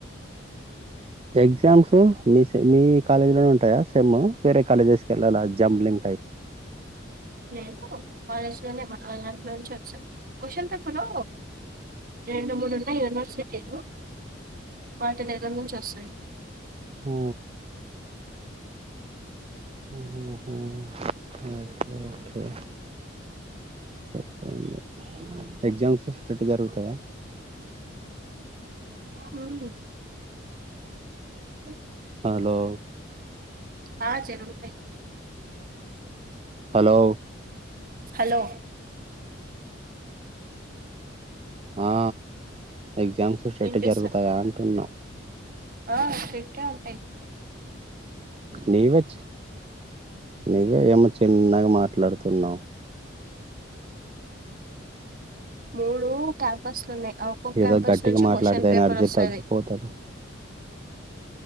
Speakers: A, on the right; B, on the right.
A: ఎగ్జామ్స్ మీస్ మీ మీ కాలేజీలోనే ఉంటాయా సెమ్ వేరే కాలేజెస్కి వెళ్ళాలా జంబ్లింగ్ టైప్
B: నేను కాలేజ్ లోనే మన దాంట్లో నుంచే వచ్చాను క్వశ్చన్ పేపరు రెండు మూడు ఉన్నాయి యూనివర్సిటీలు ఎక్కడ నుంచి వస్తాయి
A: ఆ ఆహ ఓకే ఓకే సరే సరే అండి ఎగ్జామ్స్ స్టిట్ జరుగుతాయా
B: అవును నాదేత్
A: హలో
B: హా జరుతాయి
A: హలో
B: హలో
A: ఆ ఎగ్జామ్స్ స్ట్రిట్
B: వినిపిస్తా
A: జరుగుతాయా అంటున్నా
B: ఆ స్ట్రిట్టే ఉంటాయి
A: నీవే నువ్వే ఏమో చిన్నగా మాట్లాడుతున్నావు
B: మూడు క్యాంపస్ లు ఉన్నాయి ఆ ఒక్కొక్క
A: ఏదో
B: క్యాంపస్
A: గట్టిగా
B: నుంచి
A: మాట్లాడితే
B: క్వశ్చన్ పేపర్
A: ఎనర్జీ
B: వస్తాది
A: తగ్గిపోతది